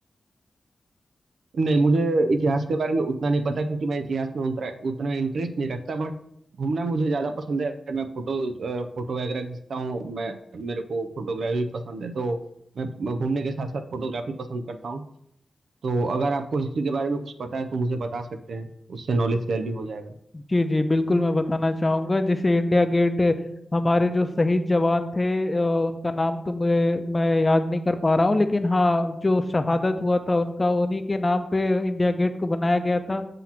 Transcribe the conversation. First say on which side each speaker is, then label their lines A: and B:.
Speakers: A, on the right; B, on the left.
A: नहीं मुझे इतिहास के बारे में उतना नहीं पता क्योंकि मैं इतिहास में उतना उतना इंटरेस्ट नहीं रखता बट घूमना मुझे ज्यादा पसंद है मैं फोटो अ, फोटो वगैरह खींचता हूँ मैं मेरे को फोटोग्राफी पसंद है तो मैं मैं घूमने के साथ साथ फोटोग्राफी पसंद करता हूँ तो अगर आपको हिस्ट्री के बारे में कुछ पता है तो मुझे बता सकते हैं उससे नॉलेज शेयर भी हो जाएगा
B: जी जी बिल्कुल मैं बताना चाहूँगा जैसे इंडिया गेट हमारे जो शहीद जवान थे अ, उनका नाम तो मुझे मैं याद नहीं कर पा रहा हूँ लेकिन हाँ जो शहादत हुआ था उनका उन्हीं के नाम पे इंडिया गेट को बनाया गया था